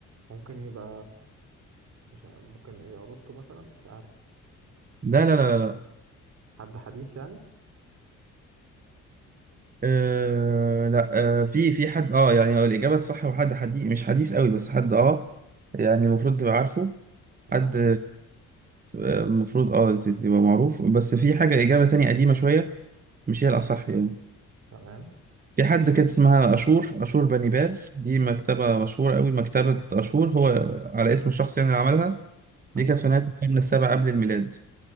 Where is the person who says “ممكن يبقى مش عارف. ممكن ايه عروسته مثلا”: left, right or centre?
Right